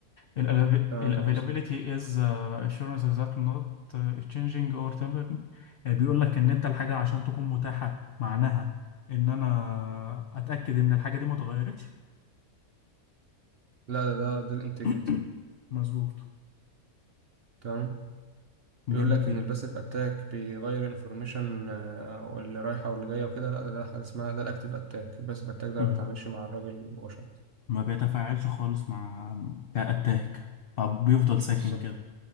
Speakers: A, on the left (about 70°); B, on the right (about 55°).
A: ال avail-
B: تمام
A: ال availability
B: يا عاصم.
A: is uh, assurance that not uh, changing or temporary آه، بيقول لك ان انت الحاجة عشان تكون متاحة معناها ان انا اتأكد ان الحاجة دي ما اتغيرتش
B: لا ده ده ده الانتجريتي
A: <coughs> <clears throat> مظبوط
B: تمام بيقول
A: جميل
B: لك
A: جدا
B: ان الباسيف اتاك بيغير انفورميشن واللي رايحه واللي جايه وكده لا ده ده حاجه اسمها ده الاكتيف اتاك الباسيف اتاك ده
A: مهم.
B: ما بيتعاملش مع الراجل مباشره
A: ما بيتفاعلش خالص مع كأتاك أو بيفضل ساكن
B: بالظبط
A: كده